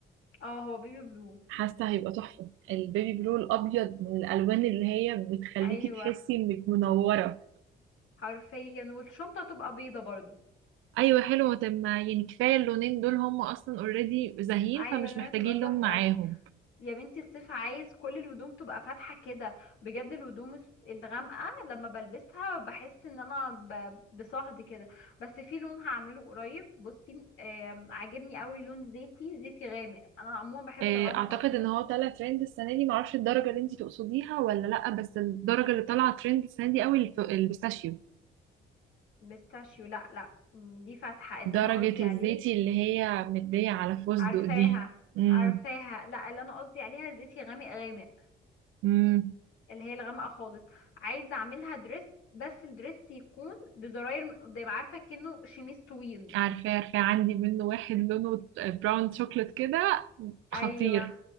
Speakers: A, on the left (about 75°); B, on the right (about 85°).
A: اه هو بيبي بلو
B: حاسة هيبقى تحفة البيبي بلو الأبيض من الألوان اللي هي بتخليكي
A: ايوه
B: تحسي إنك منورة
A: حرفيا والشنطه تبقى بيضه برضو
B: أيوة حلوة طب ما يعني كفاية اللونين دول هم أصلا اوريدي زاهيين
A: ايوه
B: فمش
A: لونها
B: محتاجين
A: تبقى تحفه
B: لون معاهم
A: يا بنتي الصيف عايز كل الهدوم تبقى فاتحة كده بجد الهدوم الس- الغامقة لما بلبسها بحس ان انا ب- بصهد كده بس في لون هعمله قريب بصي آم، عاجبني قوي لون زيتي زيتي غامق انا عموما بحب
B: آه،
A: الغامق
B: أعتقد
A: اكتر
B: إن هو طالع ترند السنة دي معرفش الدرجة اللي انتي تقصديها ولا لأ بس الدرجة اللي طالعة ترند السنة دي قوي الف- البيستاشيو
A: بيستاشيو لا لا م، دي فاتحة اللي
B: درجة
A: انا قصدي عليه
B: الزيتي اللي هي مدية على فستق
A: عارفاها
B: دي امم
A: عارفاها لا اللي انا قصدي عليها زيتي غامق غامق
B: امم
A: اللي هي الغامقة خالص عايزة اعملها دريس بس الدريس يكون بزراير من قدام عارفة كأنه شميس طويل
B: عارفاه عارفاه عندي منه واحد لونه براون شوكليت كده خطير
A: ايوه